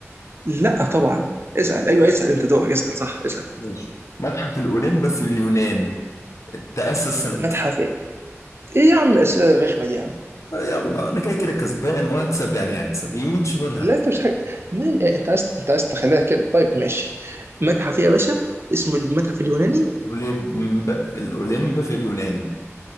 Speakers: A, on the right (about 55°); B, on the left (about 75°).
A: لا طبعا اسال ايوه اسال انت دورك اسال صح اسال
B: ماشي متحف الاولمب في اليونان تاسس سنه
A: متحف ايه ايه يا عم الاسئله الرخمه دي يا عم
B: يلا انا كده كده كسبان وهكسب يعني هكسب يمين شمال هكسب
A: لا انت مش حاجة. ما يعني انت عايز انت عايز تخليها كده طيب ماشي متحف ايه يا باشا اسمه المتحف اليوناني
B: الاولمب الاولمب في اليونان